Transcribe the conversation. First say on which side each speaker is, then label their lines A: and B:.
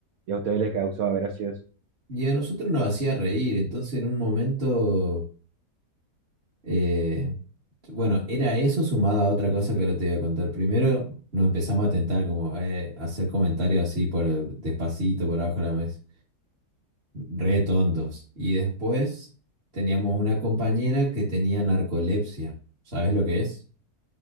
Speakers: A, on the right; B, on the right.
A: ¿Y a ustedes les causaba gracias?
B: Y a nosotros nos hacía reír, entonces en un momento, eh, bueno, era eso sumado a otra cosa que ahora te voy a contar. Primero nos empezamos a tentar como eh, a hacer comentarios así por el- despacito, por abajo de la mesa, re tontos. Y después teníamos una compañera que tenía narcolepsia. ¿Sabes lo que es?